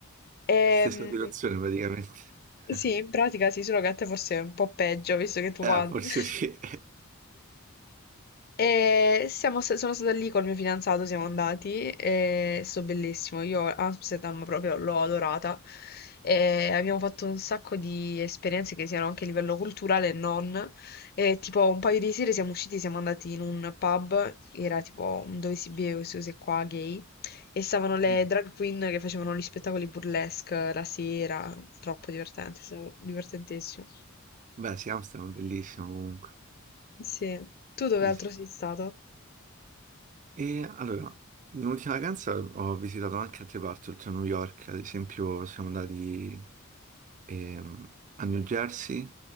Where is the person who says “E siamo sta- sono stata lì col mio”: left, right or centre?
Left